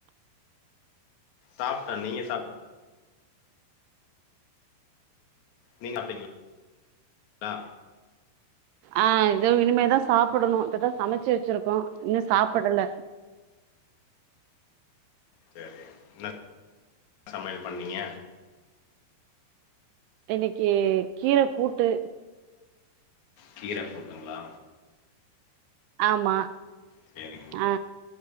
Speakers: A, on the left; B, on the right.
A: சாப்ட்ட நீங்க சாப் நீங்காப்டிங்ளா?
B: ஆ இதோ இனிமே தா சாப்புடனு இப்பதா சமச்சு வச்சுருக்கோ இன்னு சாப் படல
A: சேரி என்ன சமயல் பண்ணீங்க?
B: இன்னக்கி கீர கூட்டு
A: கீர கூட்டுங்ளா
B: ஆமா
A: சேரிங்கம்மா
B: ஆ